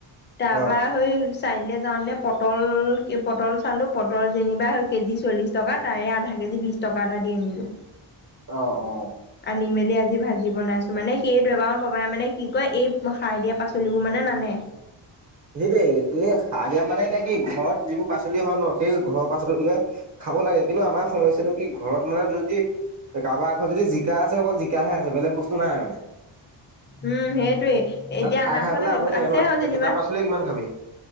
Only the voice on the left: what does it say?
তাৰপৰা
সৈই চাৰিআলিলৈ যাওঁতেনে পটল-পটল চালো পটল যেনিবা কেজি চল্লিশ টকা, তাৰে আধা কেজ কেজি বিশ টকা এটা দি আনিলো।
আনি মেলি আজি ভাজি বনাইছোঁ, মানে সেইটোৱেই, আমাৰ বাবাই মানে কি কৰে, এই সাৰ দিয়া পাচলিবোৰ মানে নানে।
উম, সেইটোয়ে, এতিয়া
আমাৰ
ঘৰত
আছে
আৰু যেনিবা